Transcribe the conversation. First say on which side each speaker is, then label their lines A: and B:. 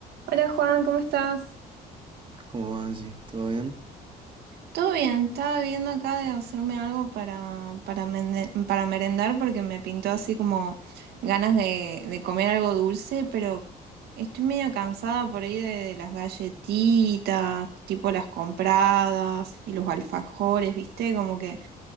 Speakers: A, on the right (about 75°); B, on the right (about 30°).
A: Hola Juan, ¿cómo estás?
B: ¿Cómo va, Angie? ¿Todo bien?
A: Todo bien, estaba viendo acá de hacerme algo para, para, mende- para merendar porque me pintó así como ganas de, de comer algo dulce, pero estoy medio cansada por ahí de, de las galletitas, tipo las compradas y los alfajores, ¿viste? Como que